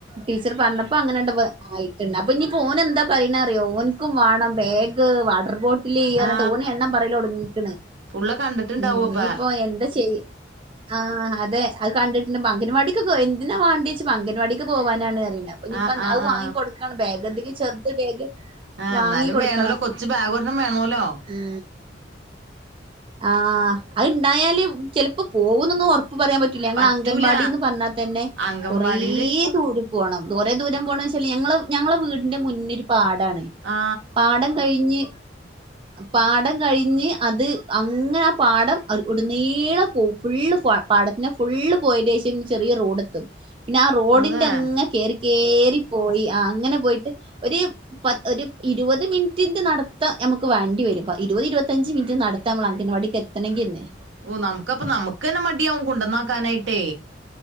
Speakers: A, on the right; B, on the right.
A: ടീച്ചർ പറഞ്ഞ പ്പൊ അങ്ങനെ ഇണ്ട് പ്പോ ആയിട്ടുണ്ട് അപ്പൊ ഇനിയിപ്പോ ഓൻ എന്താ പറയണ അറിയോ ഓൻക്കും വേണം ബാഗ് വാട്ടർ ബോട്ടിൽ ട്ടില് പറഞ്ഞിട്ട്
B: ആ
A: ഓന് എണ്ണം പറയലോടങ്ങീക്കണ്
B: പുള്ള കണ്ടിട്ടുണ്ടാവോപ്പ
A: ഉം ഇനിയിപ്പോ എന്താ ചെയ്യ ആഹ് അതെ അത് കണ്ടിട്ടുണ്ട് അംഗൻവാടിക്കൊക്കെ എന്തിനാ വാണ്ടിയ്ചപ്പോ അംഗൻവാടിക്ക് പോവാനാണ്. പ്പ ഇനിപ്പന്താ
B: ആ ആ
A: അത്
B: ആ
A: വാങ്ങി കൊടുക്കാണ്. ബാഗ് എന്തെങ്കിലും ചെറുത് ബാഗ്.
B: ആഹ്
A: വാങ്ങി
B: എന്നാലും
A: കൊടുക്കണം.
B: വേണല്ലോ കൊച്ചു ബാഗൊരണ്ണം. വേണലോ?
A: ഉം ആഹ് അത്ണ്ടായാല് ചിലപ്പോ പോകുന്നോന്നും ഉറപ്പ് പറയാൻ പറ്റുല ഞങ്ങളെ
B: പറ്റൂല
A: അംഗൻവാടിന്ന് പറഞ്ഞാൽ തന്നെ
B: അംഗൻവാടിയില്
A: കൊറ ദൂരം. പോണം കൊറെ ദൂരം പോണം വെച്ചാല് ഞങ്ങള് ഞങ്ങളെ വീടിന്റെ മുന്നിലോരു പാടാണ്.
B: ആ
A: പാടം കഴിഞ്ഞ് പാടം കഴിഞ്ഞ് അത്. അങ്ങനെ ആ പാടം ഉടനീളം പോവും ഫുള്ള് പാടത്തിനെ ഫുള്ള് പോയേൻറെ ശേഷം ചെറിയ റോഡ്. ത്തും പിന്നെ ആ റോഡിന്റെ
B: അതെ
A: അങ്ങ കേറി കേറി പോയി ആ അങ്ങനെ പോയിട്ട്. ഒരു പത്ത് ഒരു ഇരുപത് മിനിറ്റിന്റെ നടത്തം നമുക്ക് വേണ്ടി വരും. പ്പ ഇരുപത് ഇരുപത്തഞ്ച് മിനിറ്റ് നട അംഗണവാടിക്ക് എത്ത്ണങ്കിയെന്നെ.
B: ഓ നമുക്കപ്പൊ നമുക്ക് തന്നെ മടിയാവും കൊണ്ടന്നാക്കാനായിട്ടേ?